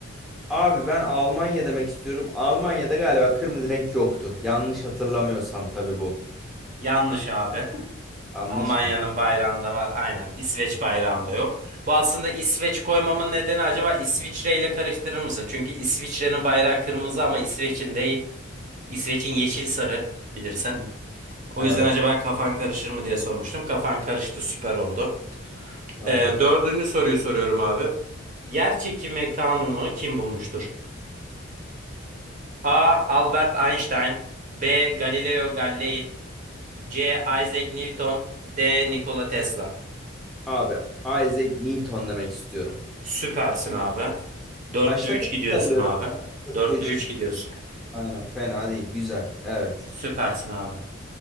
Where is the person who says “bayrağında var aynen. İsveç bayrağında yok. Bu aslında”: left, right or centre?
Right